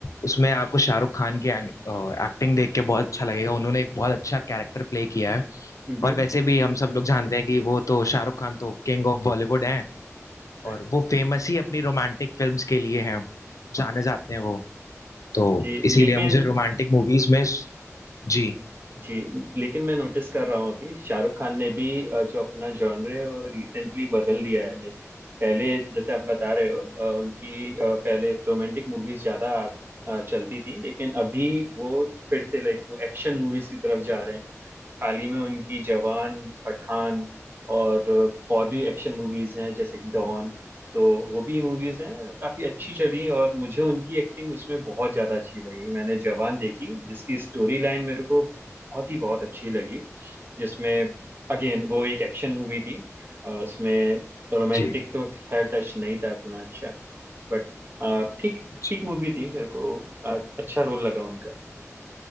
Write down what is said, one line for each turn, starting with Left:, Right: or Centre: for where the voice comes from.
Left: उसमें आपको शाहरुख खान की एक्टिंग देख के बहुत अच्छा लगेगा उन्होंने एक बहुत अच्छा कैरेक्टर प्ले किया है
Right: हम्म
Left: और वैसे भी हम सब लोग जानते हैं कि वो तो शाहरुख खान तो किंग ऑफ बॉलीवुड हैं और
Right: राइट
Left: वो फेमस ही अपनी रोमांटिक फिल्म्स के लिए हैं जाने जाते हैं वो तो
Right: जी
Left: इसीलिए
Right: लेकिन
Left: मुझे रोमांटिक मूवीज में जी
Right: जी लेकिन मैं नोटिस कर रहा हूँ अभी शाहरुख खान ने भी अ, जो अपना जॉनर है वो रिसेंटली बदल दिया है लाइक पहले जैसे आप बता रहे हो अ, उनकी अ, पहले रोमांटिक मूवीज ज्यादा अ, चलती थी लेकिन अभी वो फिर से लाइक वो एक्शन मूवीज की तरफ जा रहे हैं हाल ही में उनकी जवान पठान और और भी एक्शन मूवीज हैं जैसे डॉन तो वो भी मूवीज हैं काफी अच्छी चली और मुझे उनकी एक्टिंग उसमें बहुत ज्यादा अच्छी लगी मैंने जवान देखी जिसकी स्टोरी लाइन मेरे को बहुत ही बहुत अच्छी लगी जिसमें अगेन वो एक एक्शन मूवी थी अ, उसमें रोमांटिक
Left: जी
Right: तो खैर टच नहीं था उतना अच्छा बट ठीक
Left: जी
Right: ठीक मूवी थी मेरे को अ, अच्छा रोल लगा उनका